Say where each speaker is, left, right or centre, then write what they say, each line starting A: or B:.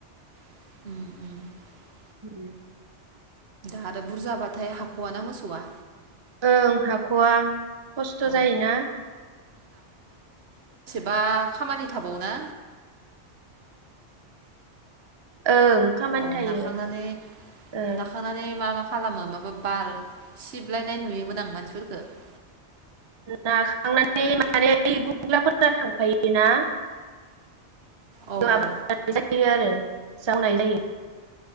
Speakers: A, on the right; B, on the right.
A: <inaudible>
B: उम
A: हा थ' बुरजाबाथाय हाखव ना मोसौआ
B: ओं हाखव खस्थ'
A: अ
B: जायोना
A: बा खामानि थाबावोना
B: ओं खामानि
A: अ
B: थायो
A: नाखांनानै
B: ओ
A: नाखांनानै मा मा खालामो माबा बार सिबलायनाय नुयोमोन आं मानसिफोरफोरखौ
B: नाखांनानै माने गुग्लागफोर थांफायोना
A: औ
B: आबाद
A: औ
B: जायो आरो जावनाय जायो